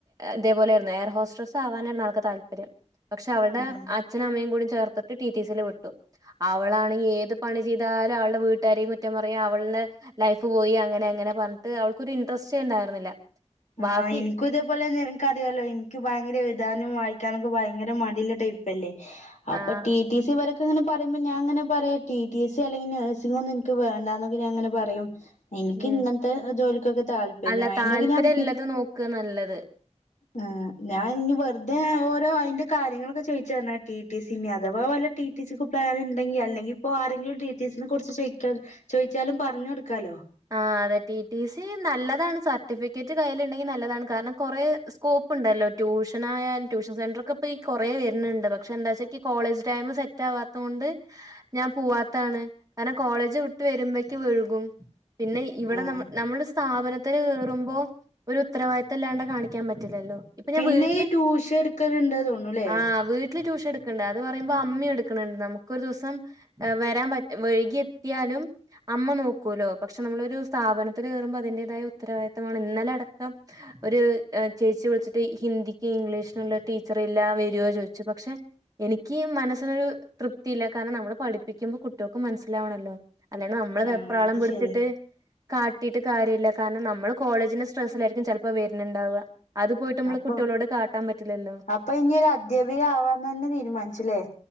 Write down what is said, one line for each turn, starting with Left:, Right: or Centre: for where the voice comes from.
Right: ഇതേപോലെയായിരുന്നു എയർ ഹോസ്ട്രസ്സ് ആവാനായിരുന്നു ആൾക്ക് താല്പര്യം പക്ഷെ അവളുടെ
Left: ആഹ്
Right: അച്ഛും അമ്മയും കൂടി ചേർത്തിട്ട് ടിടിസിയിൽ വിട്ടു അവളാണെങ്കിൽ ഏത് പണി ചെയ്താലും അവളുടെ വീട്ടുകാരും കുറ്റപ്പറയും അവളുടെ ലൈഫ് പോയി അങ്ങനെ അങ്ങനെ. പറഞ്ഞിട്ട് അവൾക്കൊരു ഇന്റെരെസ്റ്റ്‌ ഉണ്ടായിരുന്നില്ല. ബാക്കി
Left: ആഹ് എനിക്കും ഇതേപോലെ നിങ്ങൾക്കറിയാലോ എനിക്ക് ഭയങ്കര എഴുതാനും വായി ക്കാനും ഭയങ്കര മടിയുള്ള ടൈപ്പ് അല്ലേ. അപ്പൊ
Right: ആഹ്
Left: ടി ടി സി വരെ ഇപ്പൊ ഇങ്ങനെ പറയുമ്പോ ഞാൻ അങ്ങനെ പറയും ടി ടി സി അല്ലെങ്കിൽ നഴ്സിംങ്ങൊന്നും എനിക്ക് വേണ്ടന്നൊക്കെ ഞാൻ അങ്ങനെ പറയും. എനിക്ക്
Right: ഉം
Left: ഇങ്ങനെത്തെ ജോലിയൊക്കെ താല്പര്യം
Right: അല്ല
Left: അയിനൊക്കെ
Right: താല്പര്യം
Left: ഞാൻ.
Right: ഉള്ളത് നോക്കുക നല്ലത്
Left: ആഹ് ഞാൻ ഇനി വെറുതെ ആവോ ഇപ്പൊ അയിന്റെ കാര്യങ്ങളൊക്കെ ചോദിച്ചായിരുന്നോ ടി ടി സി അഥവാ വല്ല ടി ടി സിക്കും <unintelligible> അവിടെ ഉണ്ടെങ്കിൽ അല്ലെങ്കില് ഇപ്പോ ആരെങ്കിലും ടി ടി സിനെ കുറിച്ച് ചോ ചോദിച്ചാലും പറഞ്ഞു കൊടുക്കാലോ.
Right: ആ അതെ ടി ടി സി നല്ലതാണ് സർട്ടിഫിക്കറ്റ് കയ്യിലിണ്ടെങ്കിൽ നല്ലതാണ് കാരണം കൊറെ സ്കോപ്പ് ഉണ്ടല്ലോ ട്യൂഷൻ ആയാലും ട്യൂഷൻ സെന്റർ ഒക്കെ ഇപ്പൊ ഈകൊറേ വരുന്നുണ്ട്, പക്ഷെ എനിക്ക് കോളേജ് ടൈം സെറ്റ് ആവാത്ത കൊണ്ട് ഞാൻ പോവാത്താണ് കാരണം കോളേജ് വിട്ട് വരുമ്പക്ക് വൈകും. പിന്നെ ഇവിടെ
Left: ആഹ്
Right: ന നമ്മുടെ സ്ഥാപന ത്തിൽ കേറുമ്പോ ഒരു ഉത്തരവാദിത്തം ഇല്ലാണ്ട് കാണിക്കാൻ പറ്റില്ലല്ലോ. ഇപ്പൊ
Left: പിന്നെ
Right: ഞാൻ വീട്ടില്
Left: ഈ ട്യൂഷൻ എടുക്കല് ഇണ്ട് തോന്നൂലേ.
Right: ആഹ് വീട്ടില് ട്യൂഷൻ എടുക്കോണ്ട് അത് പറയുമ്പോ അമ്മ എടുക്കോണ്ട് നമുക്കൊരു ദിവസം വരാൻ വൈകിയെത്തിയാലും അമ്മ നോക്കൂലോ. പക്ഷെ നമ്മളൊരു സ്ഥാപനത്തിൽ കേറുമ്പോൾ അതിന്റേതായ ഉത്തരവാദിത്തം വേണം ഇന്നലെ അടക്കം ഒരു ചേച്ചി വിളിച്ചിട്ട് ഹിന്ദിക്ക് ഇംഗ്ലീഷിനുള്ള ടീച്ചർ ഇല്ല വരോ ചോദിച്ചു, പക്ഷെ എനിക്ക് മനസ്സിനൊരു തൃപ്തിയില്ല കാരണം നമ്മള് പഠിപ്പിക്കുമ്പോൾ കുട്ടികൾക്കും മനസ്സിലാവണല്ലോ. അല്ല നമ്മള്
Left: ആഹ്
Right: വെപ്രാളം
Left: അത്
Right: പി
Left: ശരി
Right: ത്തിട്ട് കാ ട്ടീട്ട് കാര്യയില്ല കാരണം നമ്മള് കോളേജിന്റെ സ്ട്രെസ്സിലായിരിക്കും ചെലപ്പോ വരുന്നുണ്ടാവുക. അത് പോയിട്ട് നമ്മള്
Left: അപ്പൊ
Right: കുട്ടികളോട് കാട്ടാൻ പറ്റില്ലല്ലോ
Left: അപ്പൊ ഇങ്ങള് അദ്ധ്യാപിക ആവാൻ തന്നെ തീരുമാനിച്ചുല്ലേ.